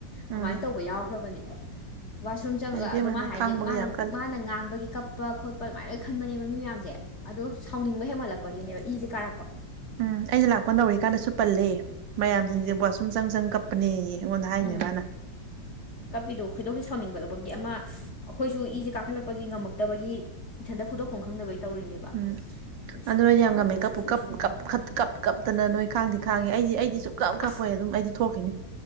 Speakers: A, on the right; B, on the left.
A: ꯎꯝ
B: ꯑꯗꯨꯃꯥꯏꯅ ꯇꯧꯕ ꯌꯥꯎꯈ꯭ꯔꯕꯅꯦ ꯋꯥꯁꯔꯨꯝ ꯆꯪꯉꯒ
A: ꯐꯩ ꯏꯕꯦꯝꯃꯅ
B: ꯑꯗꯨꯝ ꯍꯥꯏꯗꯤ
A: ꯈꯥꯡꯕꯒ
B: ꯃꯥꯅ
A: ꯌꯥꯝ ꯀꯜꯂꯦ
B: ꯃꯥꯅ ꯉꯥꯡꯕꯒꯤ ꯀꯞꯄ ꯈꯣꯠꯄ ꯑꯗꯨꯃꯥꯏꯅ ꯂꯣꯏ ꯈꯟꯕꯅꯦꯕ ꯃꯤ ꯃꯌꯥꯝꯁꯦ ꯑꯗꯣ ꯁꯥꯎꯅꯤꯡꯕ ꯍꯦꯃꯠꯂꯛꯄꯒꯤꯅꯦꯕ ꯏꯁꯦ ꯀꯥꯔꯛꯄ
A: ꯎꯝ ꯑꯩꯅ ꯂꯥꯛꯄ ꯅꯧꯔꯤꯀꯥꯟꯗꯁꯨ ꯄꯜꯂ‌ꯦ ꯃꯌꯥꯝꯁꯤꯡꯁꯦ
B: ꯎꯝ
A: ꯋꯥꯁꯔꯨꯝ ꯆꯪ ꯆꯪ ꯀꯞ ꯄꯅꯦꯌꯦ ꯑꯩꯉꯣꯟꯗ ꯍꯥꯏꯅꯦ
B: ꯎꯝ
A: ꯃꯥꯅ
B: ꯀꯞꯄꯤꯗꯣ ꯈꯣꯏꯗꯧꯁꯦ ꯁꯥꯎꯅꯤꯡꯕꯗꯕꯒꯤ ꯑꯃ ꯑꯩꯈꯣꯏꯁꯨ ꯏꯁꯁꯦ ꯀꯥꯈꯠꯂꯛꯄꯒꯤ ꯉꯝꯃꯛꯇꯕꯒꯤ ꯏꯊꯟꯇ ꯐꯨꯗꯣꯛꯐꯝ ꯈꯪꯗꯕꯩ ꯇꯧꯔꯤꯅꯦꯕ
A: ꯎꯝ
B: ꯅꯨꯡꯁꯤꯗꯕ
A: ꯑꯗꯨ ꯅꯣꯏꯗꯤ ꯌꯥꯝ
B: ꯌꯥꯎꯅ
A: ꯉꯝꯃꯦ ꯀꯞꯄꯨ
B: ꯊꯤ ꯊꯤ ꯅꯨꯡꯁꯤꯗꯕꯎ
A: ꯀꯞ ꯀꯞ ꯈꯠ ꯀꯞ ꯀꯞꯇꯅ ꯅꯣꯏ ꯈꯥꯡꯗꯤ ꯈꯥꯡꯉꯦ ꯑꯩꯗꯤ ꯑꯩꯗꯤ ꯁꯨ ꯀꯞ ꯀꯞꯄꯣꯏ
B: ꯑꯁ
A: ꯑꯗꯨꯝ ꯑꯩꯗꯤ ꯊꯣꯛꯈꯤꯅꯤ